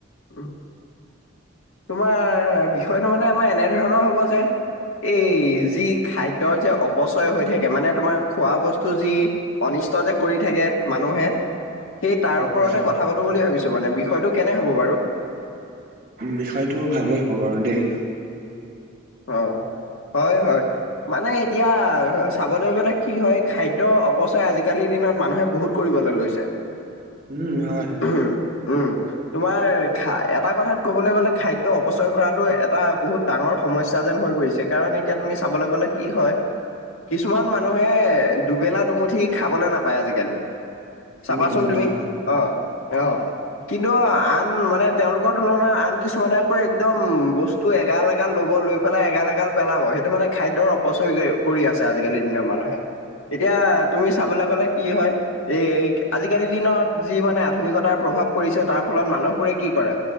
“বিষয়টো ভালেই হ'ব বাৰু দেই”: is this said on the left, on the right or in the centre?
Right